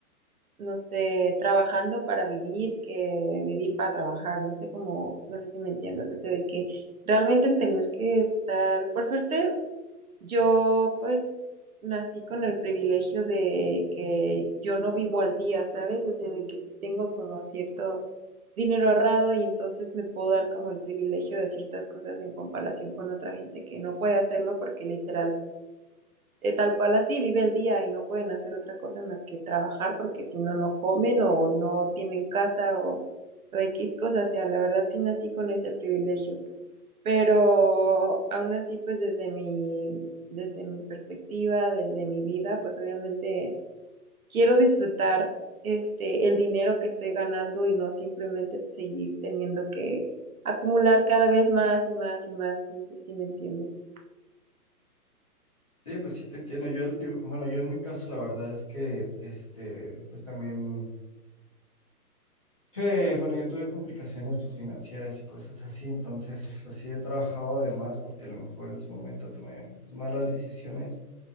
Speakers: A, on the right; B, on the left.
A: no sé, trabajando para vivir que vivir para trabajar, no sé cómo, no sé si me entiendas, ese de que realmente en tener que estar, por suerte, yo pues nací con el privilegio de que yo no vivo al día, ¿sabes? O sea, de que sí tengo como cierto dinero ahorrado y entonces me puedo dar como el privilegio de ciertas cosas en comparación con otra gente que no puede hacerlo porque literal eh, tal cual así vive el día y no pueden hacer otra cosa más que trabajar porque si no, no comen o no tienen casa o, o X cosas. O sea, la verdad sí nací con ese privilegio. Pero aún así, pues desde mi, desde mi perspectiva, desde mi vida, pues obviamente quiero disfrutar este, el dinero que estoy ganando y no simplemente seguir teniendo que acumular cada vez más y más y más. No sé si me entiendes.
B: Sí, pues sí te entiendo. Yo, yo- bueno, yo en mi caso la verdad es que, este, pues también, eh, bueno, yo tuve complicaciones pues financieras y cosas así, entonces pues sí he trabajado además porque a lo mejor en su momento tomé pues, malas decisiones